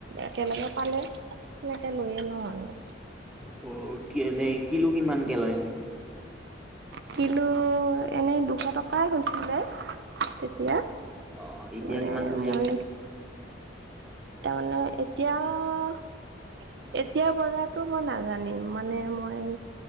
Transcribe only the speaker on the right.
একেলগে পালে সেনেকে লৈয়ে লওঁ আৰু',
কিলো এনেই দুশ টকাই হৈছিলে তেতিয়া',
মানে
মই
তাৰমানে এতিয়া', এতিয়া বজাৰতো মই নাজানিম, মানে মই',